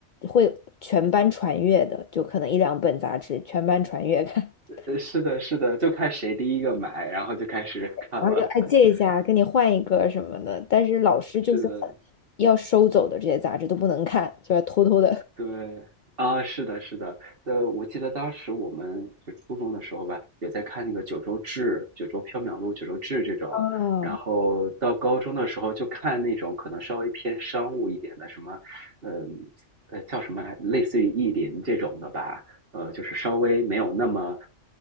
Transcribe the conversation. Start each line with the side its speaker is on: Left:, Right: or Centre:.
Left: 会全班传阅的，就可能一两本杂志全班传阅看，<laughs>
Right: 呃是的，是的，就看谁第一个买，然后就开始看了。
Left: 然后就哎借一下，
Right: <laughs>
Left: 跟你换一个什么的。但是老师就是很
Right: 是的，
Left: 要收走的这些杂志都不能看，就要偷偷的。
Right: 对啊，是的，是的，呃，我记得当时我们就初中的时候吧，也在看那个《九州志》《九州缥缈录》《九州志》这种，
Left: <laughs> 哦
Right: 然后到高中的时候就看那种可能稍微偏商务一点的，什么，嗯，呃，叫什么来，类似于意林这种的吧，呃，就是稍微没有那么